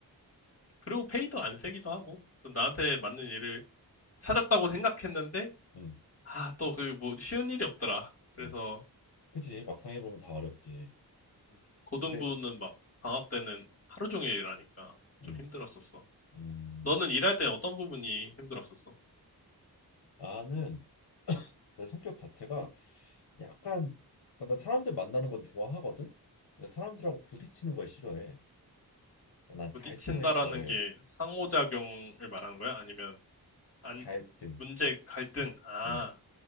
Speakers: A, on the left; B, on the left.
A: 그리고 페이도 안 세기도 하고 좀 나한테 맞는 일을 찾았다고 생각했는데
B: 음,
A: 아 또 그게 뭐 쉬운 일이 없더라. 그래서
B: 음, 그지. 막상 해보면 다 어렵지.
A: 음, 고등부는
B: 근데
A: 막 방학 때는 하루 종일 일하니까
B: 음,
A: 좀 힘들었었어.
B: 음,
A: 너는 일할 때 어떤 부분이 힘들었었어?
B: 나는 내 성격 자체가 약간 어, 나 사람들 만나는 건 좋아하거든. 근데 사람들하고 부딪히는 걸 싫어해. 그러니까 난
A: 부딪힌다라는
B: 갈등을 싫어해.
A: 게 상호작용을 말하는 거야? 아니면 안,
B: 갈등.
A: 문제 갈등? 아,
B: 응.